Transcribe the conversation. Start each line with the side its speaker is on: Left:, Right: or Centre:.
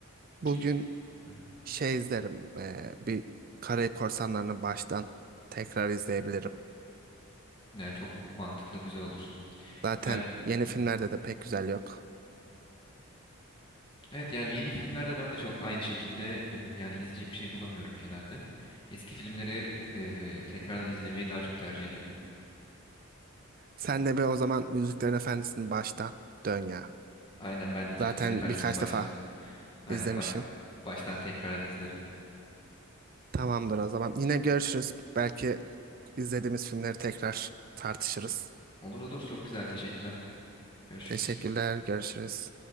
Right: bugün
Left: ki Hı hı.
Right: şey izlerim. eee, bir Karayip Korsanları'nı baştan tekrar izleyebilirim.
Left: yani çok mantıklı güzel olur.
Right: Zaten
Left: Ben
Right: yeni
Left: Hı
Right: filmlerde
Left: hı.
Right: de pek güzel yok.
Left: Evet yani yeni filmlerde ben de çok aynı şekilde e, yani izleyecek bir şey bulamıyorum genelde. Eski filmleri e, tekrardan izlemeyi daha çok tercih ediyorum.
Right: Sen de bir o zaman Yüzüklerin Efendisi'ni baştan dön ya.
Left: Aynen ben de
Right: Zaten
Left: Yüzüklerin Efendisi'ni
Right: birkaç
Left: baştan.
Right: defa
Left: Aynen
Right: izlemişsin.
Left: ba- baştan tekrardan izlerim.
Right: Tamamdır o zaman. Yine görüşürüz. Belki izlediğimiz filmleri tekrar tartışırız.
Left: Olur olur çok güzel teşekkürler. Görüşürüz.
Right: Teşekkürler. Görüşürüz.